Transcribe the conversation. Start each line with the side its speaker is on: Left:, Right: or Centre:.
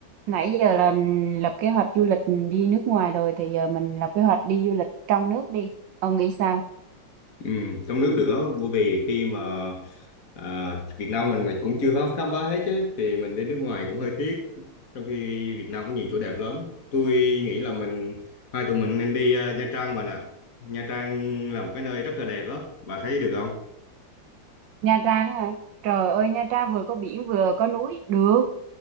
Right: Nãy giờ là lập kế hoạch du lịch đi nước ngoài rồi thì giờ mình lập kế hoạch đi du lịch trong nước đi. Ông nghĩ sao?
Left: Ừ, trong nước được á, bởi vì khi mà à, Việt Nam mình mình cũng chưa khám khám phá hết chứ thì mình đi nước ngoài cũng hơi tiếc trong khi Việt Nam có nhiều chỗ đẹp lắm tôi nghĩ là mình hai tụi mình nên đi à, Nha Trang mà nè Nha Trang là một cái nơi rất là đẹp đó bà thấy được không
Right: Nha Trang hả? Trời ơi Nha Trang vừa có biển vừa có núi, được,